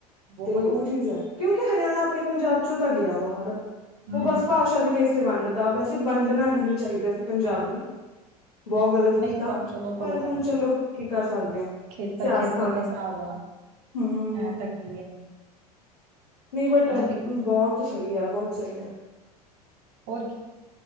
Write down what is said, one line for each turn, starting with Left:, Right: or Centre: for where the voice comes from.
Right: ਬਹੁਤ
Left: 'ਤੇ ਉਹ ਚੀਜ਼ ਆ। ਕਿਉਂਕਿ, ਹਰਿਆਣਾ ਆਪਣੇ ਪੰਜਾਬ ਚੋ ਤਾਂ ਗਿਆ। ਬਾਹਰ
Right: ਹਮ
Left: ਉਹ ਬਸ ਭਾਸ਼ਾ ਦੇ ਬੇਸ ਤੇ ਵੰਡ- ਤਾ, ਵੈਸੇ ਵੰਡਣਾ ਨਹੀਂ ਚਾਹੀਦਾ ਸੀ। ਪੰਜਾਬ ਨੂੰ- ਬਹੁਤ ਗਲਤ ਕੀਤਾ।
Right: ਨਹੀਂ ਪਰ ਚਲੋ
Left: ਪਰ
Right: ਕੋਈ ਗੱਲ
Left: ਹੁਣ
Right: ਨਹੀਂ
Left: ਚਲੋ ਕੀ ਕਰ ਸਕਦੇ ਆਂ।
Right: ਖੇਤਰ
Left: ਸਿਆਸ
Right: ਖੇਤਰ
Left: ਨਾਲ਼ੇ,
Right: ਦਾ ਹਿਸਾਬ ਆ
Left: ਹੂੰ
Right: ਐ ਤਾਂ ਕੀ ਹੈ
Left: ਨਹੀਂ, ਬਟ
Right: ਹਨਾ ਬਈ
Left: ਬਹੁਤ ਸਹੀ ਹੈ। ਬਹੁਤ ਸਹੀ ਹੈ।
Right: ਹੋਰ ਕੀ,